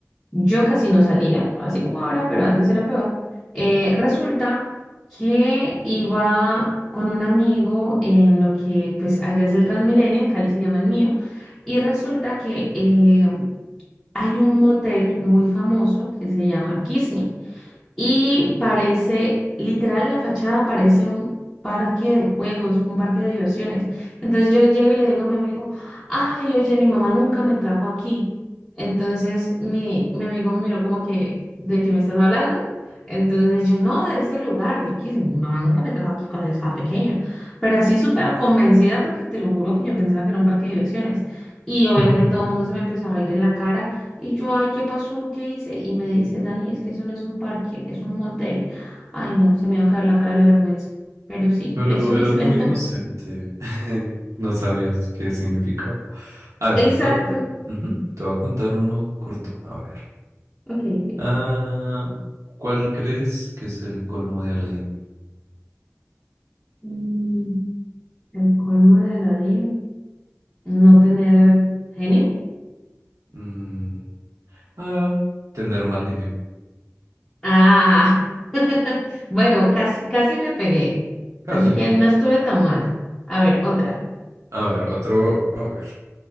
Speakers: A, in the centre; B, on the right.
A: Yo casi no salía, así como ahora, pero antes era peor. Eh, resulta que iba con un amigo en lo que, pues, allá es el Transmilenio, en Cali se llama el mío, y resulta que eh, hay un motel muy famoso que se llama Kiss Me. Y parece, literal, la fachada parece un parque de juegos, un parque de diversiones. Entonces yo llego y le digo a mi amigo, ay, oye, mi mamá nunca me trajo aquí. Entonces mi, mi amigo me miró como que, ¿de qué me estás hablando? Entonces yo, no, de este lugar, de Kismi, mi mamá nunca me trajo aquí cuando yo estaba pequeña. Pero así súper convencida porque te lo juro que yo pensaba que era un parque de diversiones. Y obviamente
B: <laughs>
A: todo el mundo se me empezó a reír en la cara. Y yo, ay, ¿qué pasó? ¿Qué hice? Y me dice, Dani, es que eso no es un parque, es un motel. Ay, no, se me va a caer la cara de la vergüenza. Pero sí,
B: Pero
A: es una
B: eras
A: historia.
B: muy inocente, <laughs> no sabías qué significaba. A ver,
A: <laughs> Exacto.
B: te voy a, con- Ujú, te voy a contar uno corto, a ver.
A: Ok. ok.
B: Ah, ¿cuál crees que es el colmo de Aladdin?
A: Mm, el colmo de Aladín, no tener genio.
B: Mm, ah, tener mal genio.
A: Ah, <laughs> bueno, casi, casi le pegué.
B: Casi.
A: Así que no estuve tan mal. A ver, otra.
B: A ver, otro, a ver.